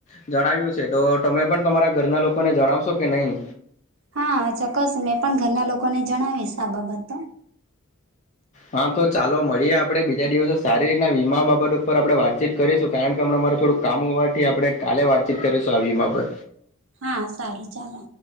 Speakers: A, on the left; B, on the right.
A: જણાવ્યું છે તો તમે પણ તમારા ઘરના લોકોને જણાવશો કે નહીં
B: હા ચોક્કસ મેં પણ ઘરના લોકોને જણાવીશ આ બાબત તો
A: હા તો ચાલો મળીએ આપણે બીજા દિવસે સારી રીતના વીમા બાબત ઉપર આપણે વાતચીત કરીશું કારણ કે હણાં મારું થોડુંક કામ હોવાથી આપડણે કાલે વાતચીત કરીશું આ વીમા પર
B: હા સારું ચાલે